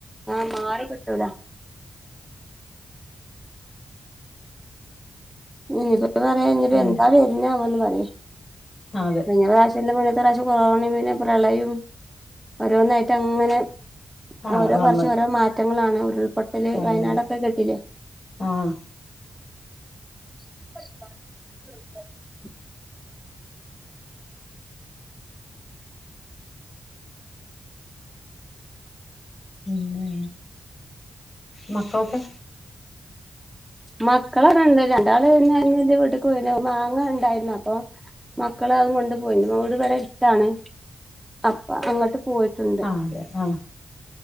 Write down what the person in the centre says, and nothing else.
ആഹ് മാറിക്കിട്ടൂലാ ഇനിയിപ്പോ പറയാ ഇനിയിപ്പോ
എന്താ വര്ന്നാവോന്ന് പറയേ
കഴിഞ്ഞ പ്രാവശ്യൻ്റെ മുന്ന ത്തെ പ്രാവശ്യം കൊറോണയും പിന്നെ പ്രളയം ഓരോന്നായിട്ട് അങ്ങനെ
ഓരോ
വർഷം ഓരോ മാറ്റങ്ങളാണ് ഉരുൾപൊട്ടല്
വയനാടൊക്കെ
കേട്ടിലേ
<inaudible>
മക്കളൊക്കെണ്ട് രണ്ടാള് പിന്നെ ഇന്ന് ഇന്റെ വീട്ട്ക്ക് പോയിന്നു മാങ്ങ ഉണ്ടായിന്നു അപ്പൊ മക്കള് അതും കൊണ്ട് പോയി ഇൻ്റെ വീട് ഇവടെ അട്ത്താണ് അപ്പൊ അങ്ങട്ട് പോയി ട്ടുണ്ട്